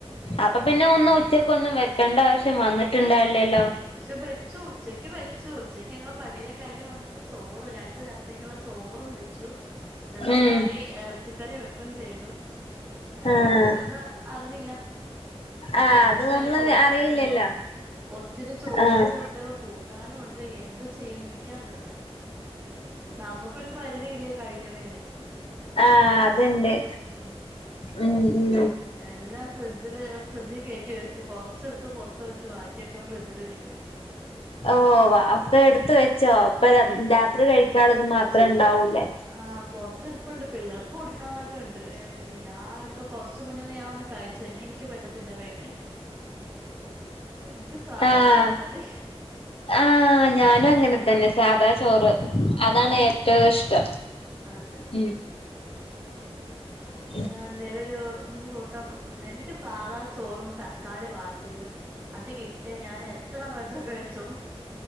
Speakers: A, on the right; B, on the left.
A: ഉം
B: അപ്പൊ പിന്നെ ഒന്ന് ഉച്ചക്ക് ഒന്നും വെക്കേണ്ട ആവശ്യം വന്നിട്ടുണ്ടാവില്ലല്ലോ
A: പക്ഷെ വെച്ചു ഉച്ചക്ക് വെച്ചു ഉച്ചക്ക് ഞങ്ങള് പള്ളിയിലെ കാര്യം വന്നിട്ട് ചോറ് രണ്ടു നേരത്തേക്കുള്ള ചോറും വെച്ചു ഏഹ്
B: ഉം
A: കറി എറച്ചിക്കറി വെക്കും ചെയ്തു ഞാൻ
B: ആഹ്
A: കൊണ്ടരുംന്ന് അറിഞ്ഞില്ല അത്
B: ആഹ്
A: കൊണ്ടന്ന് കഴിഞ്ഞപ്പോ
B: നമ്മള് അറിയില്ലല്ലോ
A: ആഹ് ഒത്തിരി ചോറും
B: ആഹ്
A: ഉണ്ട് കൂട്ടാനും ഉണ്ട് എന്ത് ചെയ്യന്ന് എനിക്കറിഞ്ഞൂട നമ്മുക്കൊരു പരിധി ഇല്ലേ കഴിക്കണേന്
B: ആഹ് അതന്നെ
A: ഉം
B: ഉം ഉം
A: എല്ലാം ഫ്രിഡ്ജില് ഫ്രിഡ്ജിൽ കയറ്റി വെച്ചു കുറച്ചെടുത്ത് പുറത്ത് വെച്ച് ബാക്കിയൊക്കെ ഫ്രിഡ്ജിലിരിക്കുന്നു
B: ആഹ് ഒക്കെ
A: ഉം
B: എടുത്ത് വെച്ചോ അപ്പ ര രാത്രി കഴിക്കാള്ളത് മാത്രം ഇണ്ടാവൂലേ
A: ആഹ് പുറത്തിരിപ്പ്ണ്ട് പിള്ളേർക്ക് കൊടുക്കാനുള്ളൊക്കെണ്ട് ഏഹ് ഞാൻ ഇപ്പൊ കൊറച്ച് മുന്നൊന്ന് ഞാൻ ഒന്ന് കഴിച്ച് ഇനി എനിക്ക് പറ്റത്തില്ല കഴിക്കാൻ എനിക്ക് സാധാ
B: ആഹ്
A: ചോറ് മതി
B: ആഹ് ഞാനും അങ്ങനെ തന്നെ സാധാ ചോറ് അതാണ്
A: ഉം
B: ഏറ്റവും ഇഷ്ടം
A: അതെ
B: ഉം ഉം
A: ഏഹ് എന്തോലൊരു കൂട്ടം എനിക്ക് സാധാ ചോറും തക്കാളി വാട്ടിയതും അത് കിട്ടിയ ഞാൻ എത്ര വട്ടോം കഴിച്ചോളും